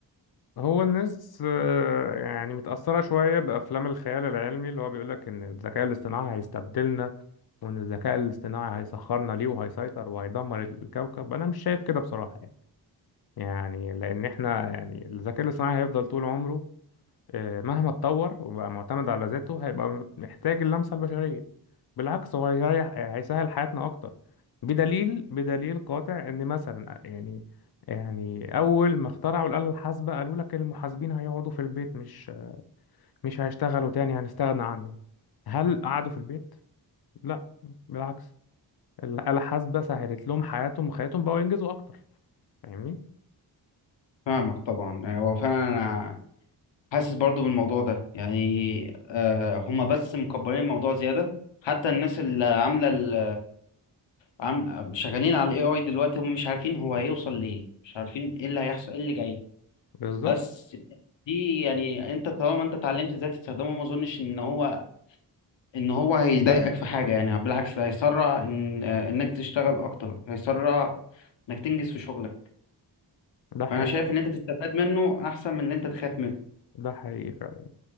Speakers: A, on the left; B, on the left.
A: هو الناس آه، يعني متأثرة شوية بأفلام الخيال العلمي اللي هو بيقولك إن الذكاء الاصطناعي هيستبدلنا وإن الذكاء الاصطناعي هيسخرنا ليه وهيسيطر وهيدمر الكوكب أنا مش شايف كده بصراحة يعني يعني لأن إحنا يعني الذكاء الاصطناعي هيفضل طول عمره آه، مهما اتطور وبقى معتمد على ذاته هيبقى محتاج اللمسة البشرية بالعكس هو هيريح هيسهل حياتنا أكتر بدليل بدليل قاطع إن مثلا يعني يعني أول ما اخترعوا الآلة الحاسبة قالوا لك المحاسبين هيقعدوا في البيت مش مش هيشتغلوا تاني هنستغنى عنهم هل قعدوا في البيت؟ لا بالعكس الآلة الحاسبة سهلت لهم حياتهم وخياتهم بقوا ينجزوا أكتر فاهمني؟
B: فاهمك طبعا يعني هو فعلا انا حاسس برضو بالموضوع ده يعني آه هما بس مكبرين الموضوع زيادة حتى الناس اللي عاملة ال... عم... شغالين على الاي اي دلوقتي هم مش عارفين هو هيوصل لإيه مش عارفين ايه اللي هيحصل ايه اللي جاي
A: بالظبط
B: بس دي يعني انت طالما انت اتعلمت ازاي تستخدمه ما اظنش ان هو ان هو هيضايقك في حاجه يعني بالعكس ده هيسرع ان انك تشتغل اكتر هيسرع انك تنجز في شغلك
A: ده حقيقي
B: فانا شايف ان انت تستفاد منه احسن من ان انت تخاف منه
A: ده حقيقي فعلا